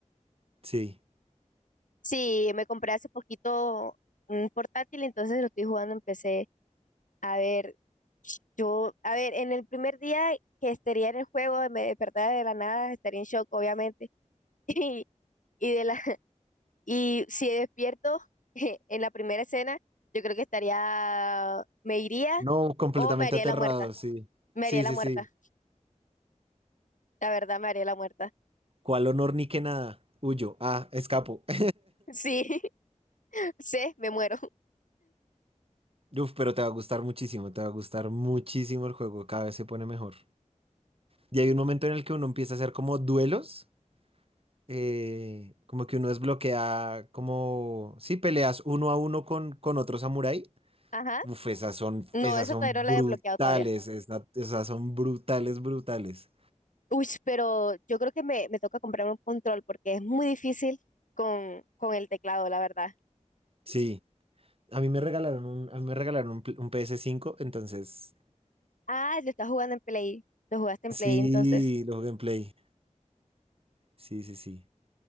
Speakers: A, on the right; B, on the left.
A: Sí.
B: sí, me compré hace poquito un portátil, entonces lo estoy jugando en PC. A ver, yo, a ver, en el primer día que estaría en el juego, me despertaba de la nada, estaría en shock, obviamente. <laughs> Y, y de la Y si despierto <laughs> en la primera escena, yo creo que estaría, me iría
A: No, completamente
B: o me haría
A: aterrado,
B: la muerta.
A: sí.
B: Me
A: Sí,
B: haría la
A: sí,
B: muerta.
A: sí.
B: La verdad, me haría la muerta. <laughs>
A: ¿Cuál honor ni que nada? Huyo. Ah, escapo. <laughs>
B: Sí, <laughs> sí, me muero. <laughs>
A: Uf, pero te va a gustar muchísimo, te va a gustar muchísimo el juego, cada vez se pone mejor. Y hay un momento en el que uno empieza a hacer como duelos, eh, como que uno desbloquea, como, sí, peleas uno a uno con, con otro samurái.
B: Ajá.
A: Uf, esas son,
B: No,
A: esas
B: eso
A: son
B: todavía no
A: brutales,
B: la he desbloqueado todavía.
A: esa- esas son brutales, brutales.
B: Uy, pero yo creo que me, me toca comprar un control porque es muy difícil con, con el teclado, la verdad.
A: Sí, a mí me regalaron un, a mí me regalaron un, pl- un ps cinco entonces
B: Ah, lo estás jugando en Play. Lo jugaste en
A: Sí,
B: Play, entonces.
A: los gameplay. Sí, sí, sí.